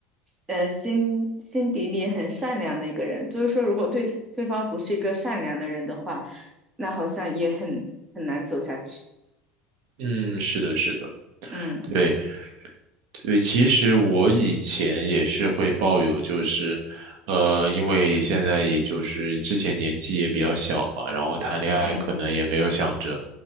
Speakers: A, on the right (about 25°); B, on the right (about 70°).
A: 呃，心心底里很善良的一个人。就是说，如果对对方不是一个善良的人的话，那好像也很很难走下去。
B: 嗯，是的，是的，
A: 嗯
B: 对。对，其实我以前也是会抱有，就是，呃，因为现在也就是之前年纪也比较小嘛，然后谈恋爱可能也没有想着，
A: 嗯。